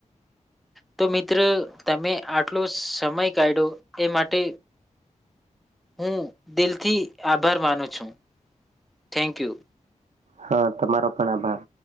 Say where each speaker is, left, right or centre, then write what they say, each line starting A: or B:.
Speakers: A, in the centre; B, on the right (about 60°).
A: તો મિત્ર, તમે આટલો સમય કાઢ્યો એ માટે હું દિલથી આભાર માનું છું, થેન્કયુ.
B: હા, તમારો પણ આભાર.